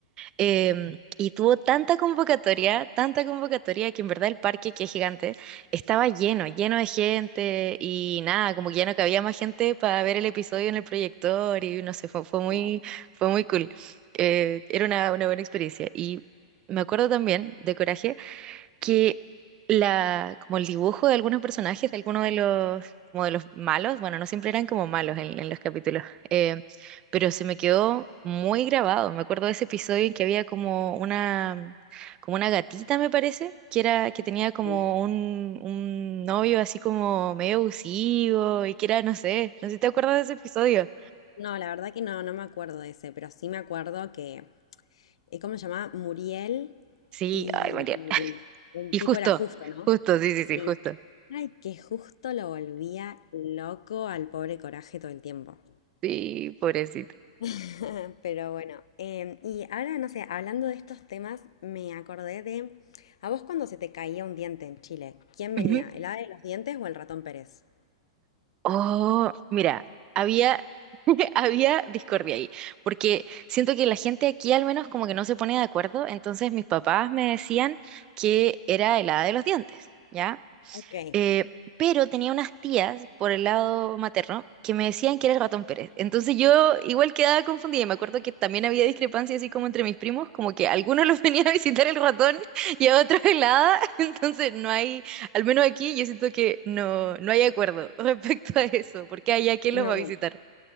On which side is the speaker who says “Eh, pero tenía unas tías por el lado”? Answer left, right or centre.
Right